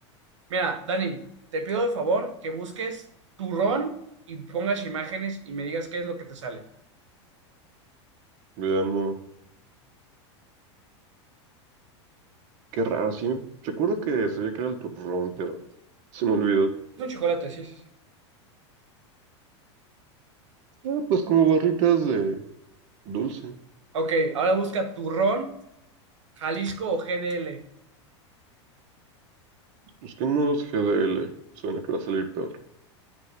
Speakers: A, on the right (about 85°); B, on the right (about 55°).
A: Mira, Dani, te pido de favor que busques turrón y pongas imágenes y me digas qué es lo que te sale.
B: Veamos, qué raro, sí. Recuerdo que sabía que era el turrón, pero <laughs> se me olvidó.
A: Es un chocolate, sí, sí, sí.
B: Ah, pues como barritas de dulce.
A: Ok, ahora busca turrón Jalisco o GDL.
B: Busquemos GDL. Suena que va a salir peor.